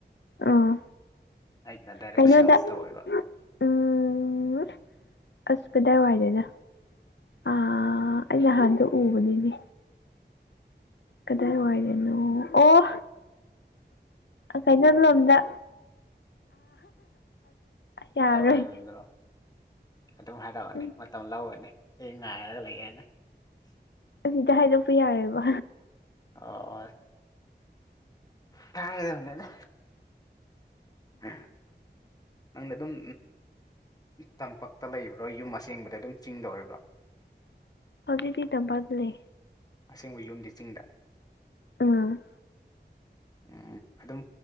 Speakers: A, on the left; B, on the left.
A: ꯑꯥ
B: ꯑꯩꯒꯤꯅ ꯗꯥꯏꯔꯦꯛ
A: ꯀꯩꯅꯣꯗ
B: ꯁꯦꯜꯁ ꯇꯧꯋꯦꯕ
A: ꯎꯝ ꯑꯁ ꯀꯗꯥꯏꯋꯥꯏꯗꯅꯣ ꯑꯥ ꯑꯩ ꯅꯍꯥꯟꯗꯣ ꯎꯕꯅꯤꯅꯦ ꯀꯗꯥꯏꯋꯥꯏꯗꯅꯣ ꯑꯣ ꯑ‌ ꯀꯩꯅꯣꯂꯣꯝꯗ ꯌꯥꯔꯣꯏ
B: ꯀꯥꯏꯋꯥꯏꯗꯅꯣ ꯑꯗꯨꯝ ꯍꯥꯏꯔꯛꯑꫭꯅ‌ꯦ
A: ꯎꯝ
B: ꯃꯇꯝ ꯂꯧꯔꯅ‌ꯦ ꯑꯦ ꯉꯥꯏꯔꯒ ꯂꯩꯌꯦꯅ‌ꯦ
A: ꯑꯁꯤꯗ ꯍꯥꯏꯗꯣꯛꯄ ꯌꯥꯔꯦꯕ
B: ꯑꯣ ꯇꯥꯒꯗꯝꯅꯤꯗ ꯑꯥ ꯅꯪꯅ ꯑꯗꯨꯝ ꯇꯝꯄꯛꯇ ꯂꯩꯕ꯭ꯔꯣ ꯌꯨꯝ ꯑꯁꯦꯡꯕꯗ ꯑꯗꯨꯝ ꯆꯤꯡꯗ ꯑꫭꯏꯕ꯭ꯔꯣ
A: ꯍꯧꯖꯤꯗꯤ ꯇꯝꯄꯥꯛꯇꯂꯦ
B: ꯑꯁꯦꯡꯕ ꯌꯨꯝꯗꯤ ꯆꯤꯡꯗ
A: ꯎꯝ
B: ꯎꯝ ꯑꯗꯨꯝ